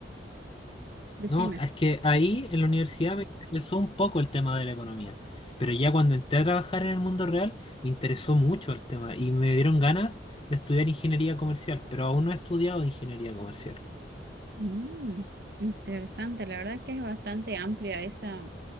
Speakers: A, on the right; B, on the left.
A: decime.
B: ¿no? Es que ahí en la universidad me interesó un poco el tema de la economía, pero ya cuando entré a trabajar en el mundo real me interesó mucho el tema y me dieron ganas de estudiar ingeniería comercial, pero aún no he estudiado ingeniería comercial.
A: Mm, interesante, la verdad que es bastante amplia esa,